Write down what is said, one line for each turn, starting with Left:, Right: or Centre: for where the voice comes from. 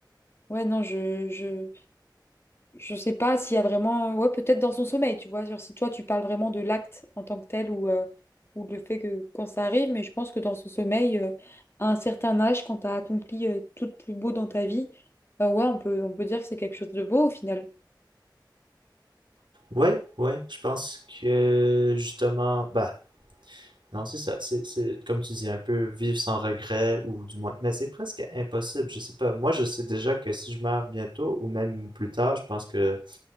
Left: ouais, non, je, je, je sais pas s'il y a vraiment, ouais, peut-être dans son sommeil, tu vois, genre, si toi, tu parles vraiment de l'acte en tant que tel ou, euh, ou le fait que quand ça arrive, mais je pense que dans son sommeil, euh, à un certain âge, quand tu as accompli, euh, tout de plus beau dans ta vie, euh, ouais, on peut, on peut dire que c'est quelque chose de beau au final.
Right: Ouais, ouais, je pense que justement, bah, Non, c'est ça. C'est, c'est, comme tu dis, un peu vivre sans regret, ou du moins. Mais c'est presque impossible. Je sais pas. Moi, je sais déjà que si je meurs bientôt, ou même plus tard, je pense que,